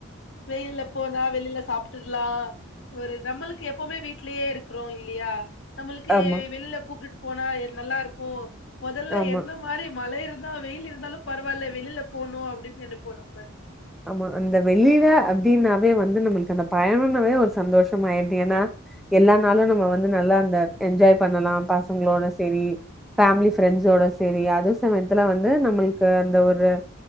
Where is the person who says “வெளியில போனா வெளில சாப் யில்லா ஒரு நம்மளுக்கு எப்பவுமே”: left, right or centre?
Left